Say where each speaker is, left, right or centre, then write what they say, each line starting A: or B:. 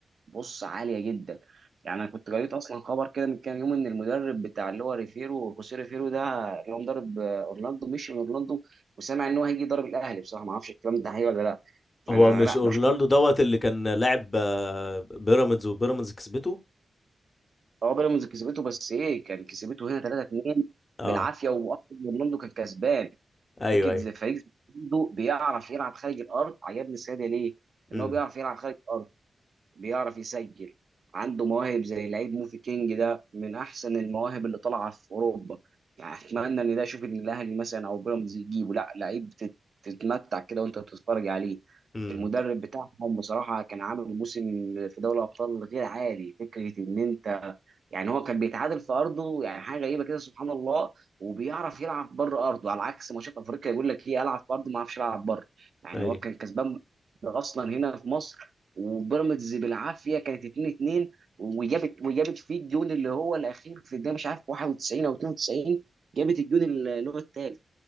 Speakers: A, on the right (about 60°); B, on the left (about 30°).
A: بص عاليه جدا يعني انا كنت قريت اصلا خبر كده من كام يوم ان المدرب بتاع اللي هو ريفيرو خوسيه ريفيرو ده اللي هو مدرب آه، اورلاندو مشي من اورلاندو وسامع ان هو هيجي يضرب الاهلي بصراحه ما اعرفش الكلام ده حقيقي ولا لا فانا
B: هو مش
A: لا
B: اورنالدو
A: بشوف إن
B: دوت اللي كان لاعب آه، بيراميدز وبيراميدز كسبته
A: هو بيراميدز كسبته بس ايه كان كسبته هنا 3 2
B: اه
A: بالعافيه واصلا اورلاندو كان كسبان
B: ايوه
A: فكره
B: ايوه
A: زي فريق زي اورلاندو بيعرف يلعب خارج الارض عجبني السيده ليه؟ ان
B: امم
A: هو بيعرف يلعب خارج الارض بيعرف يسجل عنده مواهب زي لعيب موفي كينج ده من احسن المواهب اللي طالعه في اوروبا يعني اتمنى ان ده اشوف ان الاهلي مثلا او بيراميدز يجيبه لا لعيب تت- تتمتع كده وانت بتتفرج عليه
B: امم
A: المدرب بتاعهم بصراحه كان عامل موسم في دوري الابطال غير عادي فكره ان انت يعني هو كان بيتعادل في ارضه يعني حاجه غريبه كده سبحان الله وبيعرف يلعب بره ارضه على عكس ماتشات افريقيا يقول لك ايه العب في ارضي ما اعرفش العب بره يعني
B: ايوه
A: هو كان كسبان اصلا هنا في مصر وبيراميدز بالعافيه كانت 2 2 وجابت وجابت فيه الجون اللي هو الاخير في الدقيقه مش عارف 91 او 92 جابت الجون اللي هو الثالث